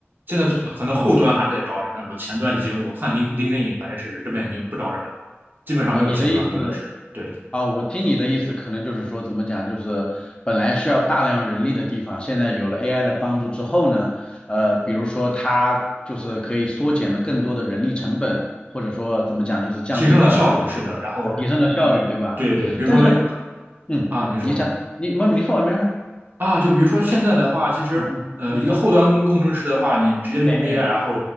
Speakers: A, on the right; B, on the left.
A: 现在可能后端还在招人，
B: 好
A: 但我前端已经，我看 Lin- l k i n 反正是这边已经不招人了，基本上没有前端工程师。
B: 啊，你的意思
A: 对，
B: 啊，我听你的意思，可能就是说怎么讲，就是本来需要大量人力的地方，现在有了 AI 的帮助之后呢，呃，比如说它就是可以缩减了更多的人力成本，或者说怎么讲，就是降低了
A: 提升了效率，是的。然后，
B: 啊，提升了效率，
A: 嗯，
B: 对吧？
A: 对对，比如说
B: 但是，嗯，
A: 啊，您说。
B: 你讲，你，妹妹，你说完没事儿？
A: 啊，就比如说现在的话，其实呃，
B: 嗯嗯嗯，
A: 一个后端工程师的话，你直接用
B: 哎哎。
A: AI，然后